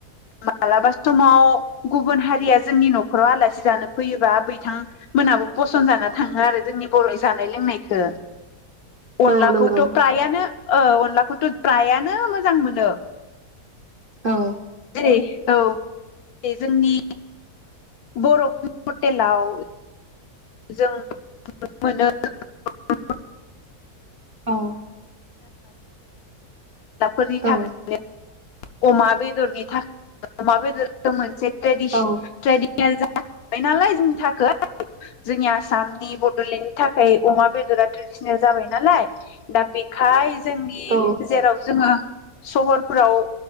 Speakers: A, on the left; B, on the right.
A: मालाबा समाव गुबुन हारिया जोंनि न खराव आलासि जानो फैयोबा बिथांमोनाबो फसन जाना थाङो आरो जोंनि बर नि जानाय लोंनायखो अनलाखौथ
B: औ नंगौ
A: फ्रायानो ओ अनलाखौथ फ्रायानो मोजां मोनो
B: औ
A: जेरै औ एसे जोंनि बर'फोरनि हटेलाव जों मोनो <unintelligible>
B: औ
A: <inaudible> साफोरनि
B: औ
A: थाखायनो अमा बेदरनि थाखाय अमा बेदर मोनसे ट्रेदिस
B: औ
A: ट्रदिसनेल <inaudible> नालाय जोंथार <inaudible> जोंनि आसामनि बडलेण्डनि थाखाय अमा बेदरा ट्रेडिसनेल जाबाय नालाय दा बेखाय जोंनि
B: औ
A: जेराव जोङो सहरफोराव